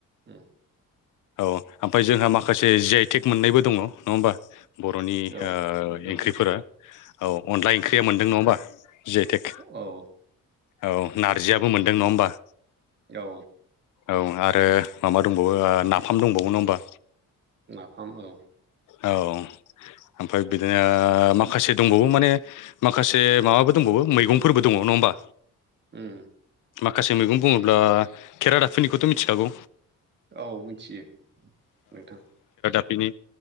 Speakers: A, on the right; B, on the left.
A: ओम
B: औ ओमफ्राय जोंहा माखासे जि आइटेक मोननायबो दङ नङा होमबा बर'नि
A: औ
B: ओ
A: नोंथां
B: ओंख्रिफोरा औ अनला ओंख्रिया मोनदों नङाबा जिआइथेक <unintelligible>
A: औ
B: औ नारजियाबो मोनदों नङा होमबा
A: औ
B: औ आरो माबा दंबावो नाफाम दंबावो नङा होमबा
A: नाफाम औ
B: औ ओमफ्राय बिदिनो माखासे दंबावो माने माखासे माबाबो दंबाव मैंफोरबो दङ नङा होमबा
A: उम
B: माखासे मैगं बुङोब्ला खेरादाफिनिखौथ' मिथिखागौ
A: औ मोनथियो नोंथां
B: बिनि